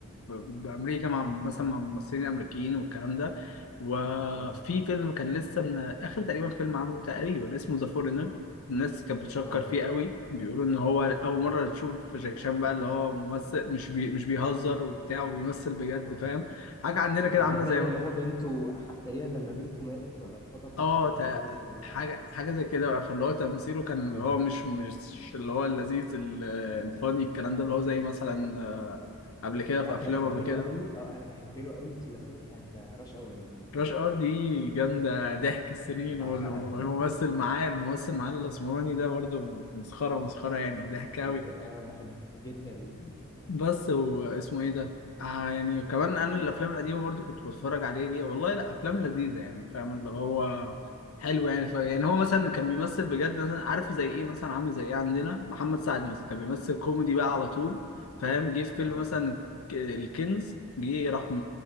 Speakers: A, on the left; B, on the left.
A: بأمريكا مع مثلا مع ممثلين أمريكيين والكلام ده وفي
B: اه
A: فيلم كان لسه من آخر تقريبا فيلم عامله تقريبا اسمه ذا فورنر الناس كانت بتشكر
B: اه
A: فيه قوي بيقولوا إن هو أول
B: اه
A: مرة تشوف جاكي شان بقى اللي هو ممثل مش بي مش بيهزر وبتاع وبيمثل بجد
B: اه
A: فاهم حاجة عندنا كده
B: مش
A: عاملة
B: ده تقريبا
A: زي
B: اللي هو بنته ح- تقريبا لما بنته ماتت ولا اتخطفت
A: اه
B: فهو كان
A: تا-
B: عايز ينتقم
A: حاجة
B: لها
A: حاجة زي كده بقى فاللي هو تمثيله كان
B: اه
A: اللي هو مش مش اللي هو اللذيذ ال- الفاني الكلام ده اللي هو زي مثلا آه، قبل كده
B: انت
A: في
B: عارف
A: أفلام
B: انا بحب
A: قبل كده
B: له قوي اه انا بحب له قوي الثلاثيه بتاعت راش اور دي
A: راش ار دي جامدة ضحك السنين
B: انا بعشقها
A: وال- والممثل معاه الممثل معاه الأسمراني ده برضو مسخرة مسخرة يعني
B: <laughs>
A: ضحك
B: بز...
A: أوي
B: انا بحب جدا
A: بس واسمه إيه ده؟ آه يعني كمان أنا الأفلام القديمة برضو كنت بتفرج عليه ليه والله لا أفلام لذيذة يعني فاهم اللي هو حلو يعني ف... يعني هو مثلا كان بيمثل بجد مثلا عارف زي إيه مثلا عامل زي إيه عندنا محمد سعد مثلا كان بيمثل كوميدي بقى على طول فاهم جه في فيلم
B: اه
A: مثلا ك- الكنز جه راح م-